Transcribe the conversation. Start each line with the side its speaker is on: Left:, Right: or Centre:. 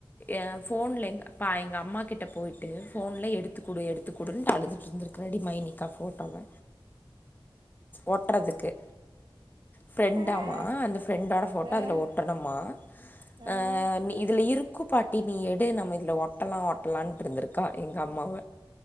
Left: எ ஃபோன்ல எங் பா எங்க ம்மா கிட்ட போயிட்டு ஃபோன்ல எடு த்துக் குடு எடுத்துக் குடுன்ட்டு அழுதுட்ருந்துருக்குறா டி மைனிகா ஃபோட்டோவ ஒட்றதுக்கு ஃப்ரெண்டாமா
Right: ஆ
Left: அந்த ஃப்ரெண்டோட ஃபோட்டோ
Right: ஆ
Left: அதுல ஒட்டனுமா
Right: ம்
Left: ஆ‌ நி இதுல இரு க்கு பாட்டி நீ எடு நம்ம இதுல ஒட்டலா ஒட்டலான்ட்ருந்துருக்கா எங் கம்மாவ